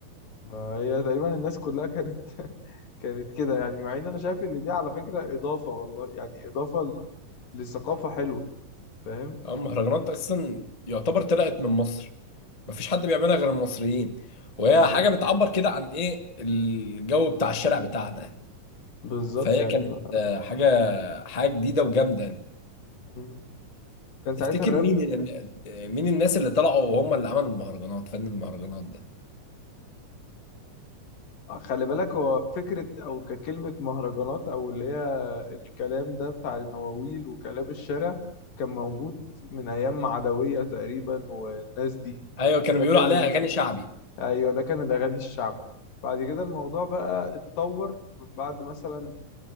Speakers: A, on the left (about 75°); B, on the left (about 20°).
A: ما هي تقريبا الناس كلها كانت <laughs> كانت كده يعني مع ان انا شايف ان دي على فكرة اضافة والله يعني اضافة ل- لثقافة حلوة فاهم
B: اما المهرجانات اساسا يعتبر طلعت من مصر مفيش حد بيعملها غير المصريين وهي
A: بالظبط
B: حاجه بتعبر كده عن ايه الجو بتاع الشارع بتاعنا
A: بالظبط
B: فهي
A: يعني
B: كانت
A: ما.
B: آه، حاجه حاجه جديده وجامده يعني
A: مم. كان ساعتها
B: تفتكر
A: الراب
B: مين اللي آه، مين الناس اللي طلعوا وهم اللي عملوا المهرجانات فن المهرجانات ده
A: خلي بالك هو فكرة او ككلمة مهرجانات او اللي هي الكلام ده بتاع المواويل وكلام الشارع كان موجود من ايام عدوية تقريبا والناس دي
B: ايوه كانوا
A: ده
B: بيقولوا
A: كان
B: عليها
A: ال...
B: اغاني شعبي
A: ايوه ده كان الاغاني الشعبي بعد كده الموضوع بقى اتطور من بعد مثلا